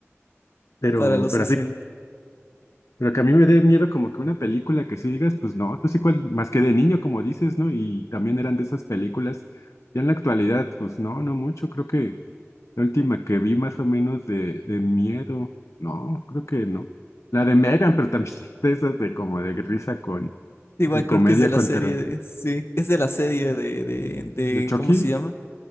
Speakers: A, on the left; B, on the left.
A: Pero,
B: para los
A: pero
B: 60.
A: así Pero que a mí me dé miedo como que una película que sí digas, pues no, pues igual, más que de niño, como dices, ¿no? Y también eran de esas películas. Ya en la actualidad, pues no, no mucho. Creo que la última que vi más o menos de, de miedo, no, creo que no. La de Megan, pero también <laughs> de esas de como de risa con,
B: Igual
A: de comedia
B: creo que es de la
A: con
B: serie,
A: terror,
B: de- sí, es de la serie de, de, de,
A: de Chucky.
B: ¿cómo se llama?